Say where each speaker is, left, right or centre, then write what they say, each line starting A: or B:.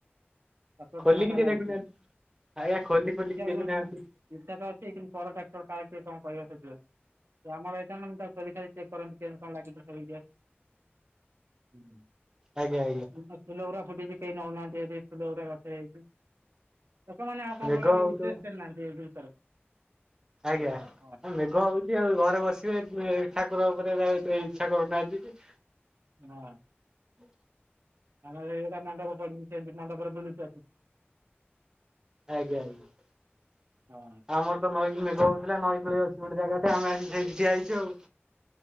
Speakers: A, on the right (about 80°); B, on the right (about 15°).
A: ତାର କୋଉ
B: ଖୋଲିକି
A: ଡାଲାଟା
B: ଟିକେ
A: ଲାଗିଚି।
B: ଦେଖୁନାହାନ୍ତି ଆଜ୍ଞା ଖୋଲି
A: ଏବେ
B: ଖୋଲିକି
A: ବି ଶିଖିବା
B: ଦେଖୁନାହାନ୍ତି
A: ପାଇଁ ଇଚ୍ଛା ତ ଅଛି କିନ୍ତୁ ପରଟା ତ କାଳେ କିଏ କଣ କହିବ ସେଥିରୁ ଯଦି ଆମର ହେଇଥାନ୍ତା ମୁଁ ତାକୁ ଚଲେଇକି ଖାଲି ଚେକ କରନ୍ତି କେମି କଣ ଲାଗିବ <unintelligible> ହୁଁ
B: ଆଜ୍ଞା ଆଜ୍ଞା
A: ମୁଁ <unintelligible> <unintelligible> ବି କେହି ନୋଉନାହାନ୍ତି ଏଠି ଫୁଲଉରା ଗଛ ହେଇଛି। ଲୋକମାନେ ଆଉ କଣ
B: ମେଘ
A: କହିଲ କେହି
B: ହଉଥିବ।
A: ଇଣ୍ଟରେଷ୍ଟେଡ୍ ନାହାନ୍ତି ଏଇ ଜିନିଷରେ।
B: ଆଜ୍ଞା
A: ହଁ
B: ଆ ମେଘ ହୋଉଚି ଆଉ ଘରେ ବସିବେ ଉଁଏ ଠାକୁର <unintelligible> ଏରା ଏତ ଇଚ୍ଛା କରୁନାହାନ୍ତିକି।
A: ହଁ।
B: ହୁଁ
A: ନା ନା ଭାଇ ଏଇଟା ମଣ୍ଡପ ପଡିନି ସେମିତି ମଣ୍ଡପରେ ବୁଲୁଚି ଆସି।
B: ଆଜ୍ଞା ଆଜ୍ଞା ଆଉ
A: ହଁ
B: ଆମର ତ ନଈ ମେଘ ହୋଉଥୁଲା ନଈ କୂଳେ ଅଛି ଗୋଟେ ଜାଗା। ଆମେ ଆସି ସେଇଠି ହେଇଛୁ ଆଉ।